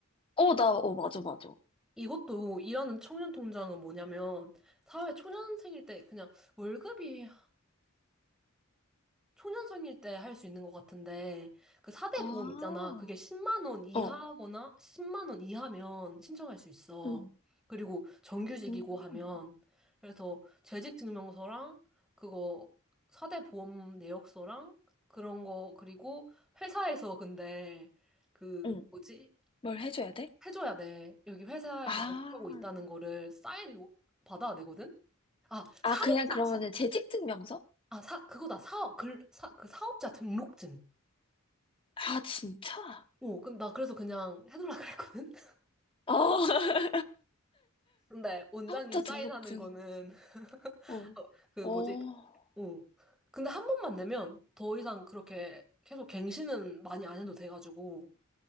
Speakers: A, on the left; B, in the centre.
A: 어, 나, 어, 맞아, 맞아.
B: 이것도 일하는 청년 통장은 뭐냐면 사회 초년생일 때 그냥 월급이 초년생일 때 할 수 있는 것 같은데 그 4대
A: 아,
B: 보험 있잖아. 그게 10만 원 이하거나
A: 어,
B: 10만 원 이하면 신청할 수 있어.
A: 응,
B: 그리고 정규직이고
A: 응
B: 하면 그래서 재직증명서랑 그거 4대 보험 내역서랑 그런 거 그리고 회사에서 근데 그
A: 응.
B: 뭐지?
A: 뭘 해줘야 돼?
B: 해줘야 돼. 여기 회사에서
A: 아,
B: 재직하고 있다는 거를 사인 받아야 되거든? 아,
A: 아,
B: 사업자,
A: 그냥 그러면은
B: 사,
A: 재직 증명서?
B: 아, 사, 그거다. 사업, 글, 사, 그 사업자 등록증.
A: 아, 진짜?
B: 오, 그럼 나 그래서 그냥 해달라 그랬거든? <laughs>
A: 어, <laughs>
B: 근데 원장님
A: 사업자
B: 사인하는
A: 등록증.
B: 거는,
A: 어.
B: <laughs> 어, 그
A: 어.
B: 뭐지, 어. 근데 한 번만 내면 더 이상 그렇게 계속 갱신은 많이 안 해도 돼가지고.